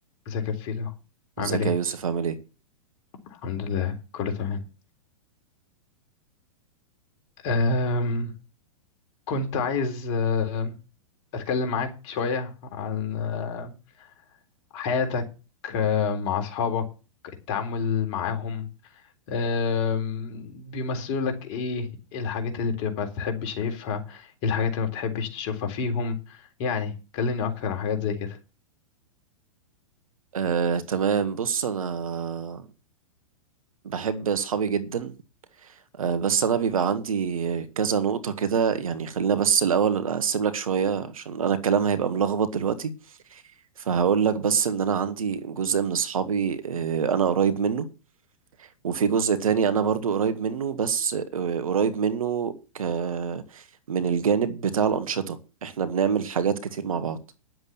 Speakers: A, on the left; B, on the right.
A: ازيك يا فيلو
B: ازيك
A: عامل ايه
B: يا يوسف عامل ايه؟
A: الحمد لله كله تمام أم كنت عايز أم، اتكلم معاك شوية عن أم، حياتك أم، مع اصحابك التعامل معاهم أم، بيمثلوا لك ايه ايه الحاجات اللي بتبقى تحب شايفها ايه الحاجات اللي ما بتحبش تشوفها فيهم يعني كلمني اكتر عن حاجات زي كده
B: آه، تمام بص انا بحب اصحابي جدا آه، بس انا بيبقى عندي كذا نقطة كده يعني خلينا بس الاول اقسم لك شوية عشان انا الكلام هيبقى ملخبط دلوقتي فهقول لك بس ان انا عندي جزء من اصحابي آه، انا قريب منه وفي جزء تاني انا برضو قريب منه بس آه، قريب منه ك من الجانب بتاع الأنشطة احنا بنعمل حاجات كتير مع بعض